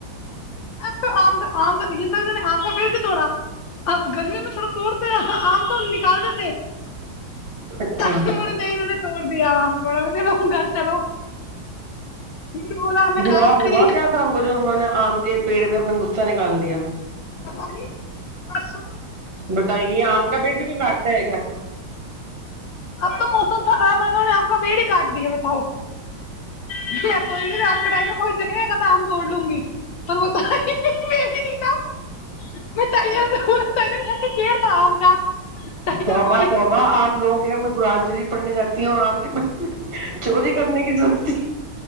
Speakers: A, on the left; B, on the right.
A: کاوں نے آم کا پڑ بھی توڑا اب گرمی میں تھوڑا توڑتے کوم نکال دیتے
B: اچھا
A: چ نہیں انہوں نے توڑ دیا وا بڑا میں رہوں گا چلو میں نے بولا ہمیں
B: ہوا
A: آج
B: ہوا
A: تھی
B: کیا سام کو جو نے آم کے پیڑ پہ اپنا گغصا نکال دیا
A: پت نہیںسو
B: بتائیے آم کا پیٹ بھی کوئی کاٹتا ہے کیا
A: اب تو موسم تھا آم لوں نے آم کا پیڑ ہی کاٹ دیا ہے بتاؤ جیو رات کے ٹائم میں کوئی دیکے آم چھوڑ لوں گی پر بت م نہیں تھا میں ٹٹ کیر تھا کا ٹائیجن
B: صوبہ
A: بولی
B: صوب آپ لوگوں کے گرانجری پڑھنے جاتی ہے اور رام کے چوری کرنے کی رورتی